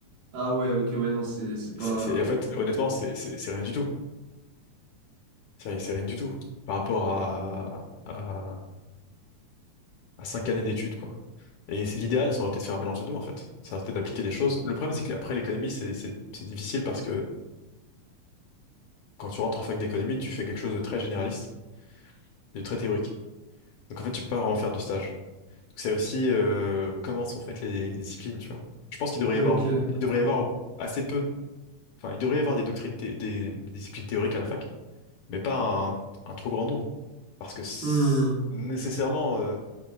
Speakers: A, on the right; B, on the left.
A: Ah ouais, ok, ouais, non, c'est, c'est
B: Et
A: pas...
B: c'est, c'est- et en fait, honnêtement, c'est c'est- c'est rien du tout. C'est c'est rien du tout par rapport à, à, à cinq années d'études, quoi. Et c'est- l'idéal, ça aurait été de faire un mélange des deux, en fait. Ça aurait été d'appliquer des choses. Le problème, c'est que après l'économie, c'est c'est- c'est difficile parce que quand tu rentres en fac d'économie, tu fais quelque chose de très généraliste, de très théorique. Donc en fait, tu peux pas vraiment faire de stage. Donc, C'est aussi euh, comment sont faites les, les disciplines, tu vois. Je pense qu'il devrait
A: Ok.
B: y avoir, il devrait y avoir assez peu, enfin, il devrait y avoir des doctrines, thé- des, des disciplines théoriques à la fac, mais pas un, un trop grand nombre. Parce que c'est-
A: Hmm.
B: nécessairement, euh,